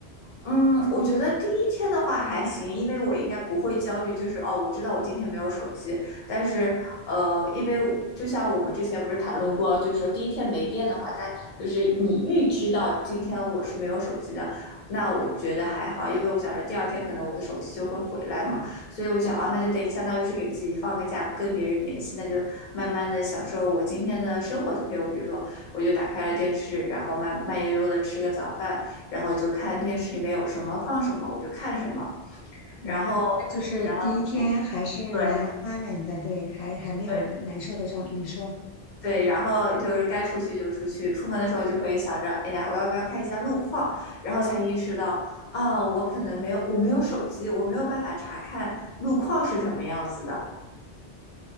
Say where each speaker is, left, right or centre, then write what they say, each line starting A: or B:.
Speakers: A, on the left; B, on the left.
A: 嗯，我觉得第一天的话还行，因为我应该不会焦虑，就是哦，我知道我今天没有手机，但是呃，因为我就像我们之前不是谈论过，就是说第一天没电的话，它就是你预知到今天我是没有手机的，那我觉得还好，因为我想着第二天可能我的手机就会回来嘛，所以我想啊，那就得相当于是给自己放个假，不跟别人联系，那就慢慢的享受我今天的生活就可以了。我比如说，我就打开了电视，然后慢慢悠悠的吃个早饭。然后就看电视里面有什么放什么，我就看什么，
B: 嗯，
A: 然后，
B: 那就是第一天还是蛮安稳的，
A: 然后对
B: 对，还还没有难受的状态。
A: 对
B: 你说，
A: 对，然后就是该出去就出去，出门的时候就会想着，哎呀，我要不要看一下路况，然后才意识到。啊，我可能没有，我没有手机，我没有办法查看路况是什么样子的，